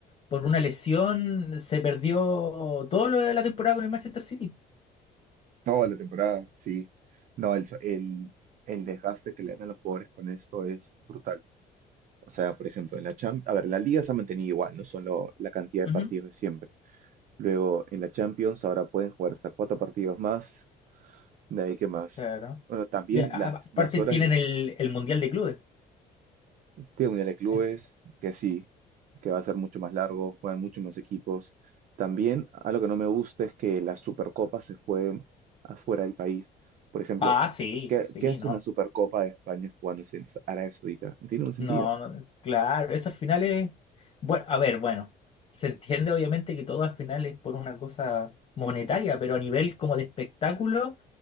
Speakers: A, on the left; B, on the right.
A: por una lesión se perdió todo lo de la temporada con el Manchester City.
B: Toda la temporada, sí. No, el, so- el, el desgaste que le dan a los jugadores con esto es brutal. O sea, por ejemplo, en la Champions, a ver, la Liga se ha mantenido igual, no solo la cantidad de
A: Ujú,
B: partidos de siempre. Luego, en la Champions ahora pueden jugar hasta cuatro partidos más, de ahí que más.
A: Claro.
B: Bueno, también
A: ya, a-
B: las,
A: a- aparte
B: las horas
A: tienen
B: de,
A: el, el Mundial de Clubes.
B: Tiene mundial de clubes,
A: El-
B: que sí, que va a ser mucho más largo, juegan mucho más equipos. También algo que no me gusta es que las supercopas se jueguen afuera del país. Por ejemplo,
A: Ah, sí,
B: ¿qué,
A: sí,
B: qué hace
A: no,
B: una supercopa de España jugándose en Sa- Arabia Saudita? No tiene un sentido.
A: No, no, claro, eso al final es... Bueno, a ver, bueno, se entiende obviamente que todo al final es por una cosa monetaria, pero a nivel como de espectáculo...